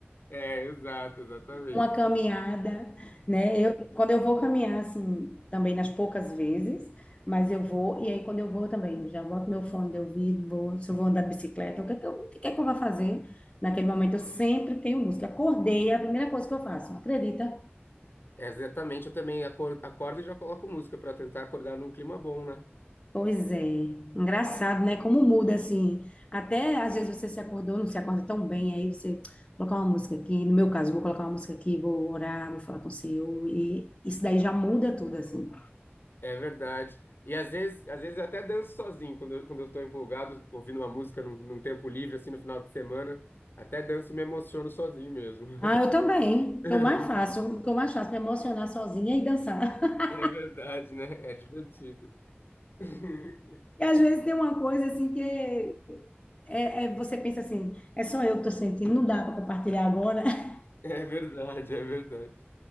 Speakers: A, on the left; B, on the left.
A: É, exato, exatamente.
B: uma caminhada, né? Eu, quando eu vou caminhar, assim, também nas poucas vezes, mas eu vou, e aí quando eu vou também, já boto meu fone de ouvido, vou, se eu vou andar de bicicleta, o que é que eu, o que é que eu vou fazer? Naquele momento eu sempre tenho música. Acordei, é a primeira coisa que eu faço, acredita?
A: É, Exatamente, eu também acor- acordo e já coloco música para tentar acordar num clima bom, né?
B: Pois é, engraçado, né? Como muda assim. Até às vezes você se acordou, não se acorda tão bem, aí você <tsk> "Vou colocar uma música aqui. No meu caso, vou colocar uma música aqui, vou orar, vou falar com o Senhor, e isso daí já muda tudo, assim.
A: É verdade. E às vezes, às vezes eu até danço sozinho, quando eu, quando eu tô empolgado, ouvindo uma música num, num tempo livre, assim, no final de semana. Até danço e me emociono sozinho mesmo.
B: Ah, eu também.
A: <laughs>
B: O que eu mais faço, o que eu mais faço, me emocionar sozinha e dançar. <laughs>
A: É verdade, né? É divertido. <laughs>
B: E às vezes tem uma coisa assim que é, é- você pensa assim, é só eu que tô sentindo, não dá para compartilhar agora, <laughs>
A: É verdade, é verdade.